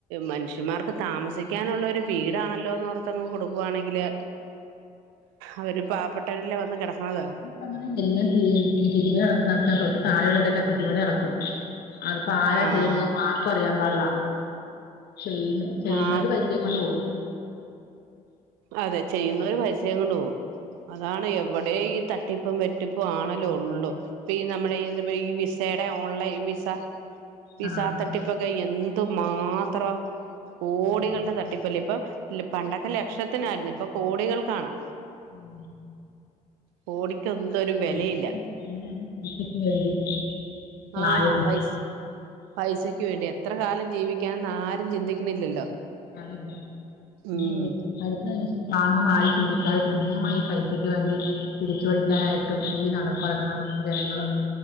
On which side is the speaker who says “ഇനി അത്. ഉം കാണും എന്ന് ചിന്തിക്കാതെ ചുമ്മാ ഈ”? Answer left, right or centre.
Left